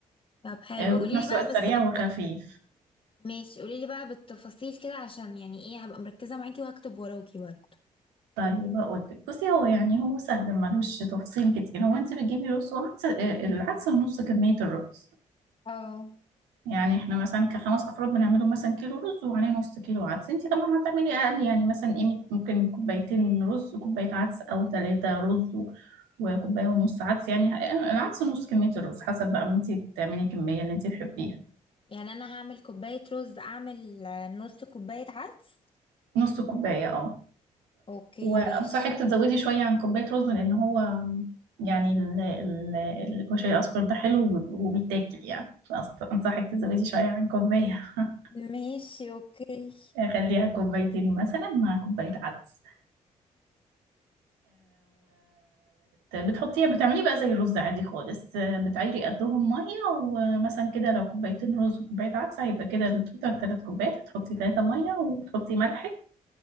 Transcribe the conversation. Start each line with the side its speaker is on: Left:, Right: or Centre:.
Left: طب حلو
Right: آه وفي
Left: قولي
Right: نفس
Left: لي بقى
Right: الوقت
Left: بس
Right: سريع
Left: بت...
Right: وخفيف
Left: ماشي قولي لي بقى بالتفاصيل كده عشان يعني ايه هبقى مركزة معاكي وهكتب وراكي برضه
Right: طيب هقول لك بصي هو يعني هو سهل ملوش تفصيل كتير هو انت بتجيبي رز وعدس آه، العدس نص كمية الرز
Left: اه
Right: يعني احنا مثلا كخمس افراد بنعمله مثلا كيلو رز وعليه نص كيلو عدس انتي طبعا هتعملي اقل يعني مثلا قيمة ممكن كوبايتين رز وكوباية عدس او ثلاثة رز و- وكوباية ونص عدس يعني ه- العدس نص كمية الرز حسب بقى ما انتي تعملي الكمية اللي انتي تحبيها
Left: يعني انا هعمل كوباية رز اعمل آه، نص كوباية عدس
Right: نص كوباية اه
Left: اوكي
Right: وانصحك
Left: ماشي
Right: تزودي شوية عن كوباية رز لان هو يعني ال- ال- الكشري الاصفر ده حلو وب- وبيتاكل يعني فأنص- انصحك تزودي شوية عن كوباية <laughs>
Left: ماشي اوكي
Right: خليها كوبايتين مثلا مع كوباية عدس وبتحطيه بتعمليه بقى زي الرز عادي خالص آه، بتعيري قدهم مية ومثلا كده لو كوبايتين رز وكوباية عدس هيبقى كده التوتال تلات كوبايات هتحطي تلاتة مية وتحطي ملحك